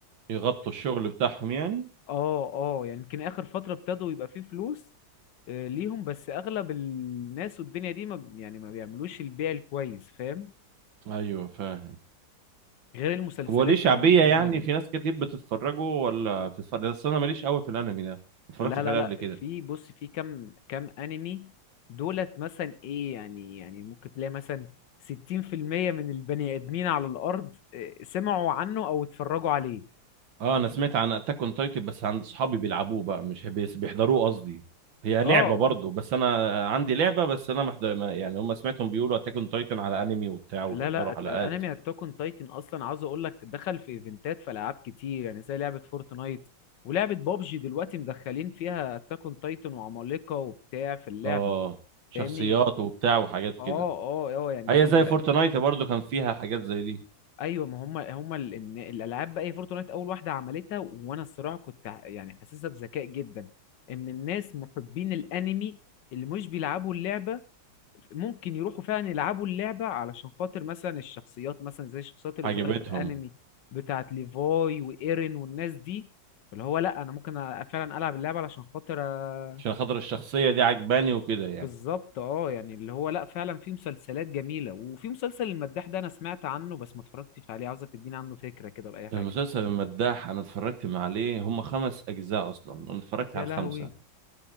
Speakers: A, on the right (about 80°); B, on the left (about 70°).
A: يغطوا الشغل بتاعهم يعني
B: اه اه يعني يمكن اخر فتره ابتدوا يبقى فيه فلوس آه، ليهم بس اغلب الناس والدنيا دي ما ب- يعني ما بيعملوش البيع الكويس فاهم
A: ايوه فاهم
B: غير المسلسلات
A: طب هو ليه شعبيه
B: الاجنبي
A: يعني في ناس كتير بتتفرجوا ولا بتتفرج بس انا ماليش قوي في الانمي ده ما اتفرجتش
B: لا لا
A: عليه
B: لا
A: قبل كده
B: في بص في كم كم انمي دولت مثلا ايه يعني يعني ممكن تلاقي مثلا 60% من البني ادمين على الارض آه، سمعوا عنه او اتفرجوا عليه
A: اه انا سمعت عن اتاك اون تايتن بس عند صحابي بيلعبوه بقى مش بيس- بيحضروه قصدي هي لعبه
B: اه اه
A: برضه بس انا عندي لعبه بس انا محضر ما- يعني هم سمعتهم بيقولوا اتاك اون تايتن على انمي وبتاع وبيحضروا
B: لا لا الت-
A: حلقات
B: انمي اتاك اون تايتن اصلا عاوز اقول لك دخل في ايفنتات في العاب كتير يعني زي لعبه فورتنايت ولعبه بابجي دلوقتي مدخلين فيها اتاك اون تايتن وعمالقه وبتاع في اللعبه
A: اه شخصيات
B: فاهمني
A: وبتاع وحاجات
B: اه
A: كده
B: اه اه يعني
A: هي
B: يمكن
A: زي
B: لا.
A: فورتنايت برضو كان فيها حاجات زي دي
B: ايوه ما هم هم ال... إن الالعاب بقى هي فورتنايت اول واحده عملتها وانا الصراحه كنت ع- يعني حاسسها بذكاء جدا ان الناس محبين الانمي اللي مش بيلعبوا اللعبه ممكن يروحوا فعلا يلعبوا اللعبة علشان خاطر مثلا الشخصيات مثلا زي الشخصيات اللي
A: عجبتهم
B: ظهرت في الأنمي بتاعت ليفاي وإيرين والناس دي اللي هو لأ أنا ممكن أ- فعلا ألعب اللعبة علشان خاطر أ-
A: عشان خاطر الشخصية دي عجباني وكده يعني
B: بالظبط اه يعني اللي هو لأ فعلا في مسلسلات جميلة وفي مسلسل المداح ده أنا سمعت عنه بس ما اتفرجتش عليه عاوزك تديني عنه فكرة كده ولا أي حاجة
A: المسلسل المداح أنا اتفرجت مع- عليه هم خمس أجزاء أصلا أنا اتفرجت
B: يا
A: على الخمسة
B: لهوي